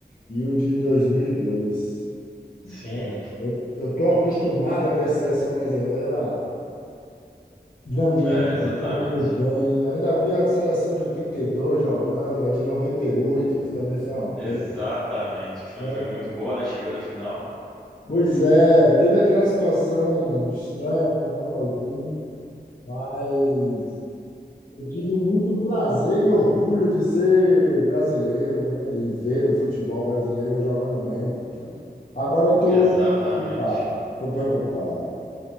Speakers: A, on the left (about 55°); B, in the centre.
A: e o de 2002.
B: Sim,
A: Então, eu estou acostumado a ver a seleção brasileira <laughs> ganhando,
B: é, exatamente.
A: jogando bem. Ainda vi a seleção de 82 jogando, a de 98 que também foi uma pena,
B: Exatamente, que também
A: né?
B: foi muito boa, né? Chegou na final.
A: Pois é, teve aquela situação estranha com o Ronaldinho, mas Eu tive muito prazer e orgulho de ser brasileiro, né? E ver o futebol brasileiro jogando bem. Agora eu estou
B: Exatamente.
A: preocupado. Estou preocupado.